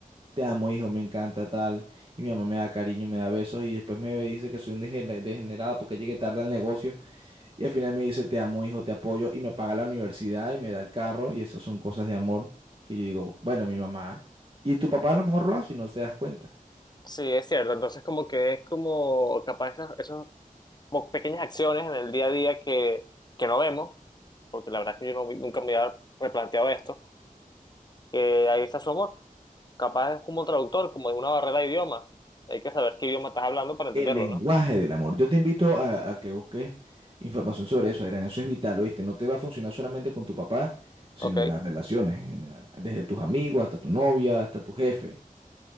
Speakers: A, on the right; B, on the left.
A: Te amo, hijo, me encanta tal. Y mi mamá me da cariño, me da besos y después me dice que soy un degener- degenerado porque llegué tarde al negocio. Y al final me dice, te amo, hijo, te apoyo, y me paga la universidad y me da el carro, y eso son cosas de amor que yo digo, bueno, mi mamá. Y tu papá a lo mejor lo hace y no te das cuenta.
B: sí, es cierto. Entonces como que es como capaz esas, esas como pequeñas acciones en el día a día que, que no vemos, porque la verdad es que yo no- vi- nunca me había replanteado esto, que ahí está su amor. Capaz es como un traductor, como de una barrera de idioma. Hay que saber qué idioma estás hablando para entenderlo,
A: El lenguaje
B: ¿no?
A: del amor. Yo te invito a, a que busques información sobre eso, Adrián. Eso es vital, ¿oíste? No te va a funcionar solamente con tu papá, sino
B: Ok,
A: en las relaciones en general. Desde tus amigos hasta tu novia, hasta tu jefe.